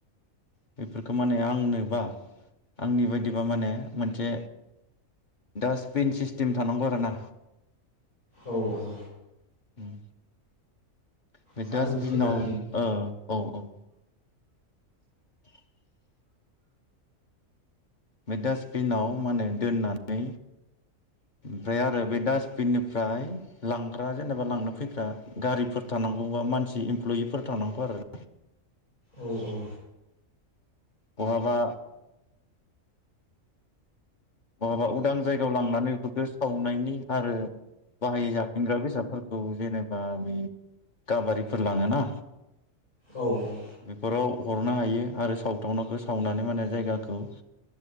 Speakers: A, on the left; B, on the left.
A: बेफोरखौ माने आंनोबा आंनि बायदिबा माने मोनसे डास्टबिन सिस्टेम थानांगौ आरोना
B: औ औ
A: उम बे
B: साखोन
A: डासटबिनाव
B: सिखोन लाखिनो
A: औ औ <inaudible> बे डास्टबिनाव माने दोननानै ओमफ्राय आरो बे डास्टबिननिफ्राय लांग्रा जेनेबा लांनो फैग्रा गारिफोर थानांगौ बा मानसि इमप्लयिफोर थानांगौ आरो
B: औ औ
A: बहाबा बहाबा उदां जायगायाव लांनानै बेफोरखौ सावनायनि आरो बाहाय जाफिनग्रा बेसादफोरखौ जेनेबा बे गाबारिफोर लाङोना
B: औ औ
A: बेफोराव हरनो हायो आरो सावथावनाखौ सावनानै माने जायगाखौ